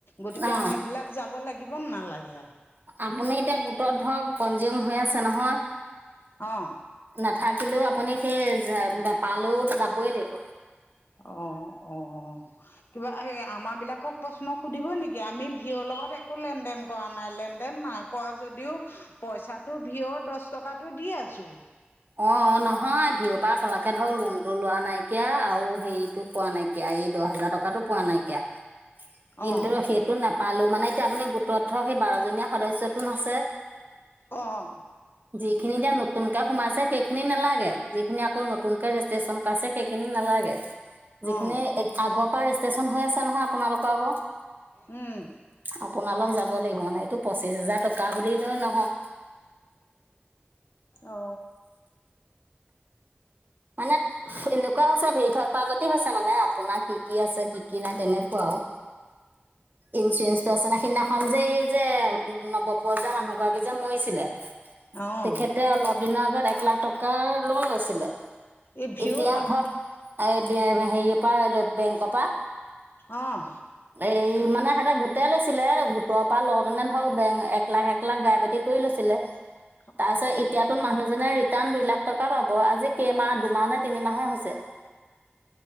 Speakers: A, on the left; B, on the right.
A: গতিকে
B: অ
A: আমি বিলাক যাব লাগিব ন নালাগে।
B: আপুনি এতিয়া গোটত ধৰক পনজিউম হৈ আছে নহয়।
A: অঁ।
B: নাথাকিলেও আপুনি সেই নাপালেও যাবই লাগিব।
A: অ অ অ। কিবা এই আমাৰ বিলাকক প্ৰশ্ন সুধিব নেকি আমি ভিঅৰ লগত একো লেন দেন। কৰা নাই লেনদেন ন কোৱা যদিও পইচাটো ভিয়ৰ দহ টকাটো দি আছোঁ।
B: অ নহয় ভিঅৰ পৰা আপোনালোকে ধৰক লোন টো লোৱা নাইকিয়া আৰু হেৰিতটো পোৱা নাইকিয়া। এয়া এই দহ হোজাৰ টকাতটো পোৱা নাইকিয়া কিন্তু
A: অঁ
B: সেই। নাপালো মানে এতিয়া আপুনি গোটত ধৰ সেই বাৰজনীয়া সদস্যয়তো ন আছে।
A: অঁ।
B: যিখিনি দিয়া নতুনকে সোমাইছে। সেইখিনি নালাগে যিখিনি আকৌ নতুনকে ৰেজিষ্ট্ৰেশচন কছে সেইখিনি নালাগে যিখিনি।
A: অঁ
B: আগৰ পৰা ৰেষ্টেশচন হৈ আছে নহয় আপোনালোকৰ আক।
A: উম।
B: আপোনালোক যাব লাগিব মানে এইটো পঁচিশ হোজাৰ টকা বুলি লয় নহয়।
A: অ।
B: মানে এনেকুৱা হৈছে ধেৰি ফাই খোৱাৰ আগতে হৈছে মানে আপোনাৰ কি কি আছে। কি কি নাই তেনেকুৱা আৰু ইঞ্চুৰেঞ্চটো আছে নাই সিদিনা। খন যে এই যে নব বজাৰ যে মানুহ গৰাকী যে মৰিছিলে
A: অ',
B: তেখেতে অলপ। দিনৰ আগত এক লাখ টকাৰ লোন লৈছিলে।
A: এই ভিঅ'
B: এতিয়া
A: বা
B: ধৰক এ বে হে হেৰিয়ৰ পৰা বেংকৰ পৰা।
A: অঁ।
B: এই মানে সিহঁতে গোটেই লৈছিলে গোটৰ পৰা লওঁতেনে ধৰক বেং এক লাখ এক লাখ গাই পাতি কৰি লৈছিলে।
A: উ।
B: তাৰপিছত এতিয়াতো মানুহজনে ৰিটাৰ্ণ দুই লাখ টকা পাব আজি কেইমাহ দুমাহ নে তিনিমাহে হৈছে।